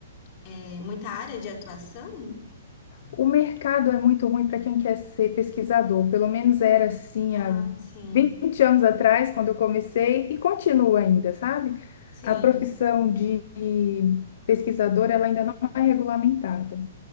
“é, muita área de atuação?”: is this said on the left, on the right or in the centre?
Left